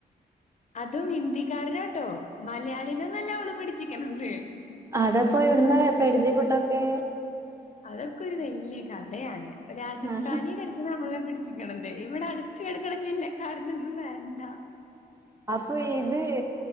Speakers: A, on the left; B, on the right.
A: അതും ഹിന്ദിക്കാരനാട്ടോ മലയാളീ നൊന്നുല്ല അവള് പിഠിച്ചിക്കണത്
B: അതപ്പോ എവിട്ന്ന പരിചയപ്പെട്ടൊതോക്കെ
A: അതൊക്കെ ഒരു വലിയ കഥയാണ് രാജസ്ഥാനി
B: ആഹ്
A: നമ്മല്ലെ പിടിച്ചിക്കണതെ ഇവിടെ അടുത്ത് കിടക്കണ ജില്ലക്കാരനൊന്നും വേണ്ട
B: അപ്പൊ ഇത്